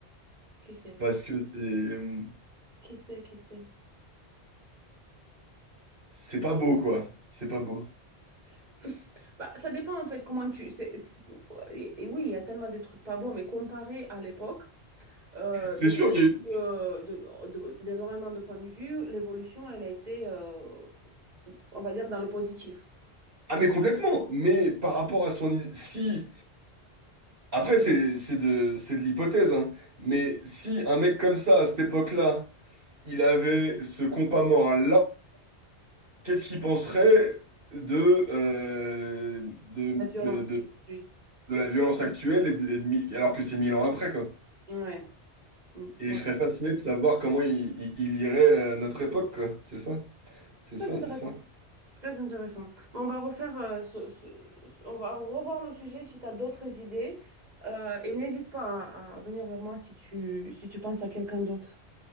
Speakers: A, on the right; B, on the right.
A: qui sait?
B: Parce que c'est. euh,
A: Qui sait, qui sait?
B: C'est pas beau, quoi. C'est pas beau.
A: <laughs> Bah, ça dépend en fait comment tu. c'est- c'est- et- et oui, il y a tellement de trucs pas bons, mais comparé à l'époque, euh,
B: C'est
A: de,
B: sûr,
A: point
B: il y a eu.
A: de- de- de- d'énormément de points de vue, l'évolution, elle a été, euh, on va dire, dans le positif.
B: Ah, mais complètement. Mais par rapport à son. i- Si. Après, c'est c'est de, c'est de l'hypothèse, hein. Mais si un mec comme ça, à cette époque-là, il avait ce compas moral-là, qu'est-ce qu'il penserait de, euh, de,
A: La violence
B: de,
A: d'aujourd'hui.
B: de la violence actuelle et de- et de mi- alors que c'est mille ans après, quoi.
A: Ouais. Mm,
B: Et
A: ouais.
B: je serais fasciné de savoir comment il, il, il lirait euh, notre époque, quoi. C'est ça, c'est
A: Très
B: ça,
A: intéressant.
B: c'est ça.
A: Très intéressant. Bon, on va refaire, euh, ce- ce- ce- on va revoir le sujet si tu as d'autres idées. Euh, et n'hésite pas à, à venir vers moi si tu, si tu penses à quelqu'un d'autre.